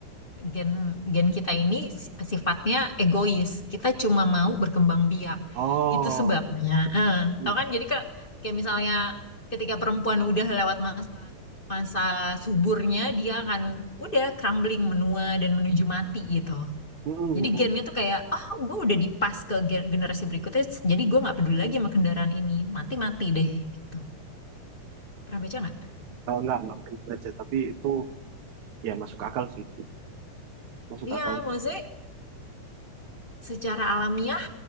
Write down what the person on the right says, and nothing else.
Oh,
Hmm.
Mm, mm,
mm.
Eh, nggak nggak perlu baca tapi itu ya masuk akal sih masuk
akal sih